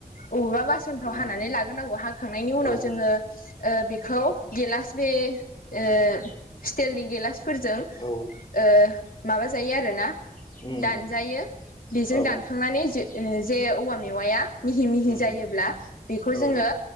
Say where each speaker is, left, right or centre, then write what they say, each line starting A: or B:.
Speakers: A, on the left; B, on the left.
A: अबेबा बासनफ्राव
B: उम
A: हानानै लाग्रोनांगौ हाखांनायनि उनाव
B: औ
A: जोंङो ओ बेखौ गेलास बे ओ स्टिलनि गेलासफोरजों
B: औ
A: ओ माबा जायो आरोना
B: उम
A: दानजायो बिजों
B: औ
A: दान खांनानै जे ओ जे औवा मेवाया मिहि-मिहि
B: उम
A: जायोब्ला बेखौ
B: औ
A: जोंङो